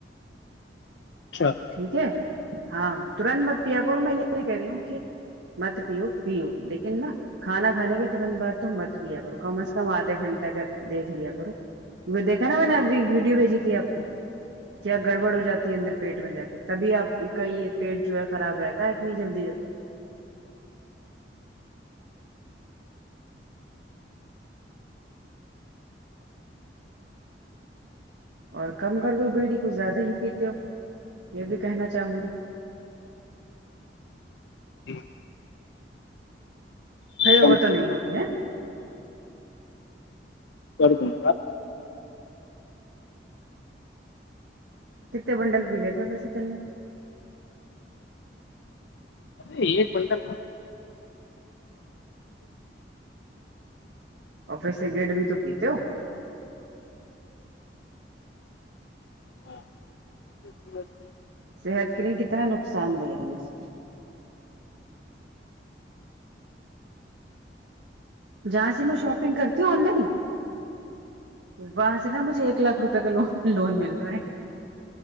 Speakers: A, on the left; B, on the right.
A: اچھا
B: ٹھیک ہے ہاں ترنت مت پیا کرو میں یہ نہیں کہہ رہی ہوں کہ مت پیو پیو لیکن ن نہ کھانا کھانے کے ترنت بع تو مت بھییا کرو کم از کم آدھا گھنٹہ کا دھ لیا کرو کی دیکھا نا میں نے اب ایک ویڈیو بھیجی تھی آپ کو کیا گڑبڑ ہو جاتی ہے اندر پیٹ میں جا کے تبھی آپ کا یہ پیٹ جو ہے خراب ہو رہتا ہے اتنی جلدی جلی اور کم کر دو بیڑی کو زیادہ ہی پیتے ہو یہ بھی کہنا چاہوں گی
A: جی
B: ا
A: کم
B: وہ تو
A: کر
B: نہیں ہوگی ہے
A: توکنا
B: کتتے بنڈل پیلے تھ پسے نے
A: ا ایک کنٹل
B: اور پھر سگریٹ بھی تو پیتے ہو
A: ہاں <unintelligible>
B: صحت کے لیے کتنا نقصان دہ ہے اس جہاں سے میں شاپنگ کرتی ہوں آن لائن وہاں سے نا مجھے ایک لاکھ روپے کا ل لون مل رہا ہے